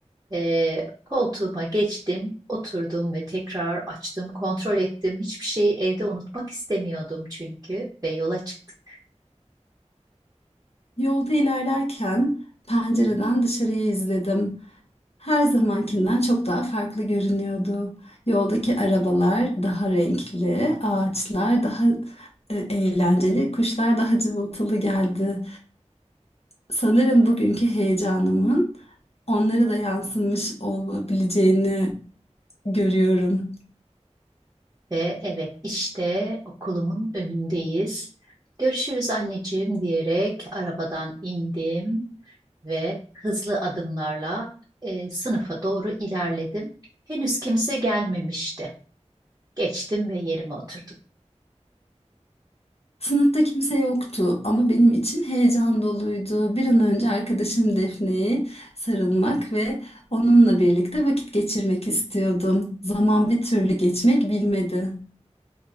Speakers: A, on the right; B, on the left.
A: Ee, koltuğuma geçtim, oturdum ve tekrar açtım, kontrol ettim. Hiçbir şeyi evde unutmak istemiyordum çünkü ve yola çıktım.
B: Yolda ilerlerken pencereden dışarıyı izledim. Her zamankinden çok daha farklı görünüyordu. Yoldaki arabalar daha renkli, ağaçlar daha e, eğlenceli, kuşlar daha cıvıltılı geldi. Sanırım bugünkü heyecanımın onlara da yansımış olabileceğini görüyorum.
A: Ve evet işte okulumun önündeyiz. Görüşürüz anneciğim diyerek arabadan indim ve hızlı adımlarla e, sınıfa doğru ilerledim. Henüz kimse gelmemişti. Geçtim ve yerime oturdum.
B: Sınıfta kimse yoktu ama benim için heyecan doluydu. Bir an önce arkadaşım Defne'ye sarılmak ve onunla birlikte vakit geçirmek istiyordum. Zaman bir türlü geçmek bilmedi.